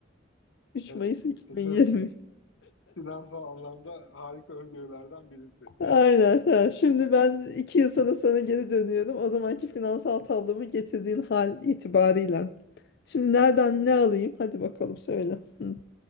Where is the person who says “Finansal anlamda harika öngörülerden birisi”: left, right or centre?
Left